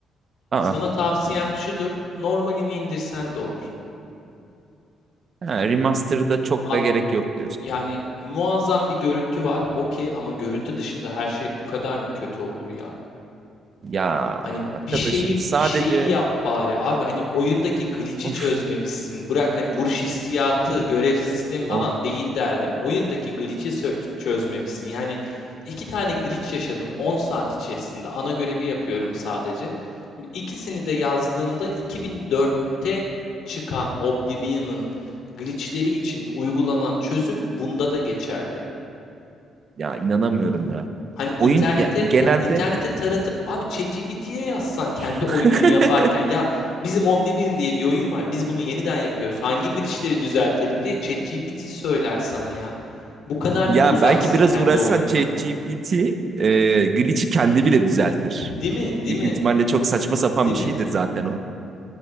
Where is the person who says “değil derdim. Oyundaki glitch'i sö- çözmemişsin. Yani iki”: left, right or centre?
Left